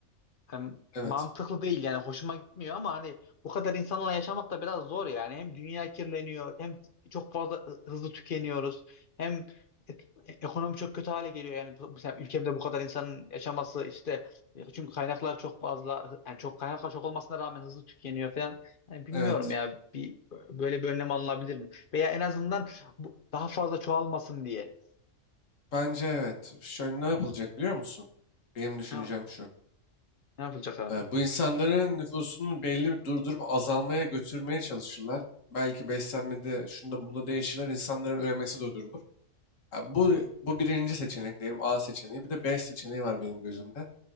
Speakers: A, on the left; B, on the left.
A: Hani
B: Evet.
A: mantıklı değil yani hoşuma gitmiyor ama hani bu kadar insanla yaşamak da biraz zor yani. Hem dünya kirleniyor hem çok fazla hı- hızlı tükeniyoruz. Hem e- e, ekonomi çok kötü hale geliyor yani. Bu- Mesela ülkemde bu kadar insanın yaşaması işte e, çünkü kaynaklar çok fazla yani çok kaynaklar çok olmasına rağmen hızlı tükeniyor falan. Yani bilmiyorum
B: Evet.
A: ya bir böyle bir önlem alınabilir mi? Veya en azından bu daha fazla çoğalmasın diye.
B: Bence evet. Şöyle ne yapılacak biliyor musun? Benim düşüncem
A: Ne,
B: şu.
A: ne yapılacak abi?
B: Ee, bu insanların nüfusunu belli bir durdurup azalmaya götürmeye çalışırlar. Belki beslenmede şunda bunda değişirler. insanların üremesi durdurulur. Ha, bu, bu birinci seçenek diyelim A seçeneği. Bir de B seçeneği var benim gözümde.